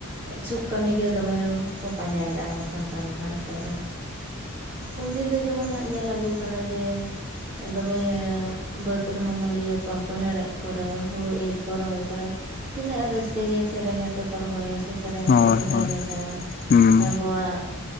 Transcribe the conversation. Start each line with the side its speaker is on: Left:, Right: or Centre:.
Right: ᱥᱩᱠ ᱠᱟᱹᱢᱤ ᱜᱮ ᱫᱚᱢᱮ ᱠᱚ ᱯᱟᱸᱡᱟᱭ ᱫᱟ ᱟᱵᱚ ᱥᱟᱱᱛᱟᱲ ᱫᱚ ᱦᱟᱸᱜ ᱦᱮᱛᱳᱜ ᱫᱚ᱾ ᱩᱱ ᱫᱤᱱ ᱫᱚ ᱡᱮᱢᱚᱱ ᱦᱟᱸᱜ ᱧᱮᱞ ᱟᱹᱜᱩ ᱠᱟᱱᱟ ᱡᱮ ᱮᱸ ᱫᱚᱢᱮ ᱵᱟᱹᱫᱽ ᱨᱮ ᱦᱚᱸ ᱢᱩᱞᱤᱭᱟᱹ ᱠᱚᱣᱟ ᱠᱚ ᱦᱮᱲᱦᱮᱫ ᱠᱚ ᱨᱮ, ᱦᱩᱲᱩ ᱤᱨ ᱠᱚ ᱨᱚᱦᱚᱭ ᱠᱚᱨᱮ ᱛᱤᱱᱟᱹᱜ ᱨᱟᱹᱥᱠᱟᱹ ᱜᱮ ᱥᱮᱨᱮᱧ ᱟᱛᱮ ᱠᱚ ᱨᱚᱦᱚᱭᱟ ᱥᱮ ᱥᱮᱨᱮᱧ
Left: ᱦᱳᱭ
Right: ᱟᱛᱮ ᱠᱚ ᱦᱮᱲᱦᱮᱫᱟ᱾
Left: ᱦᱳᱭ ᱦᱩᱸ
Right: ᱟᱵᱚᱣᱟᱜ